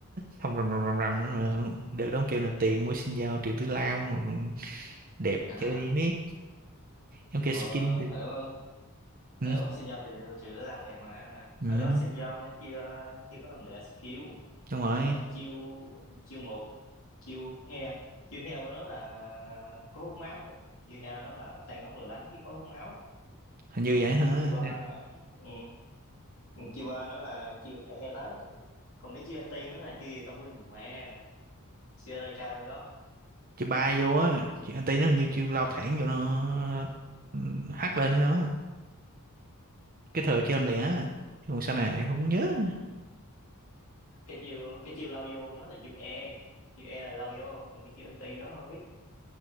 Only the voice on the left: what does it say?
à,
ờ,
hồi đó
hồi đó con xin giao trừ trừ đứa lao đẹp mà
hồi đó xin giao nó chưa nó chưa có làm lệ skill
là chiêu chiêu một chiêu heo chiêu heo của nó là có hút máu chiêu heo nó là tăng tốc rồi đánh với có hút máu
chiêu ba ừ, chiêu ba nó là chiêu e tới còn cái chiêu anti nó là chiêu gì tao quên mẹ chưa đại chơi đó
cái chiều cái chiều lao vô của nó là chiều e chiều e là lao vô còn cái chiều anti nó không biết